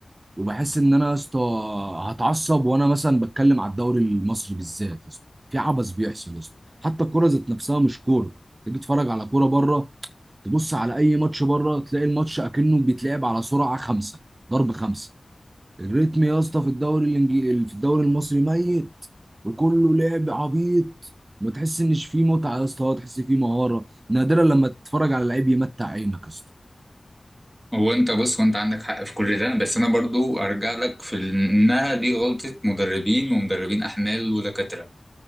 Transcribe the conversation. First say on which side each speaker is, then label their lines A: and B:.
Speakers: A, on the right; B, on the right.
A: وبحس ان انا يا اسطى هتعصب وانا مثلا بتكلم على الدوري المصري بالذات يا اسطى في عبث بيحصل يا اسطى حتى الكوره ذات نفسها مش كوره تيجي تتفرج على كوره بره تبص على اي ماتش بره تلاقي الماتش اكنه بيتلعب على سرعه خمسه ضرب خمسه الريتم يا اسطى في الدوري الانجليزي في الدوري المصري ميت وكله لعب عبيط ما تحس انش فيه متعه يا اسطى تحس فيه مهاره نادرا لما تتفرج على لعيب يمتع عينك يا اسطى
B: هو انت بص وانت عندك حق في كل ده بس انا برضو ارجع لك في انها دي غلطة مدربين ومدربين احمال ودكاترة